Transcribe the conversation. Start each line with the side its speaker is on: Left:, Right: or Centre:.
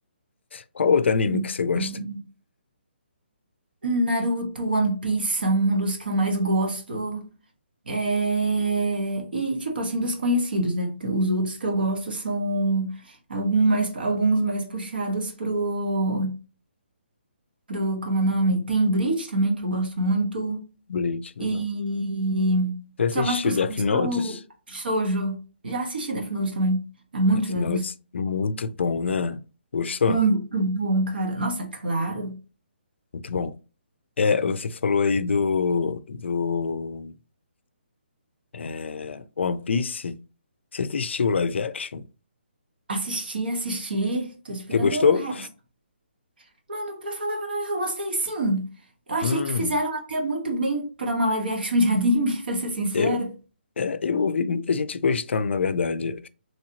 Left: Qual outro anime
Right: <laughs>
Left: que você gosta?
Right: Naruto, One Piece são um dos que eu mais gosto. É, E, tipo assim, dos conhecidos, né? Os outros que eu gosto são algum mais, alguns mais puxados pro, pro, como é o nome? Tem Bleach também, que eu gosto muito.
Left: Bleach, né?
Right: E
Left: Você
Right: são
Left: assistiu
Right: mais puxados
Left: Death Notes?
Right: pro Shoujo. Já assisti Death Note também, há muitos
Left: Death
Right: anos.
Left: Notes, muito bom, né? Gostou?
Right: Muito bom, cara. Nossa, claro.
Left: Muito bom. É, você falou aí do, do é, One Piece. Você assistiu o live action?
Right: Assisti, assisti. Tô esperando
Left: Você gostou?
Right: o resto. Mano, pra falar a verdade, eu gostei sim. Eu achei
Left: Hum,
Right: que fizeram até muito bem pra uma live action de anime, <laughs> pra ser sincera.
Left: Eu, é, eu ouvi muita gente gostando, na verdade.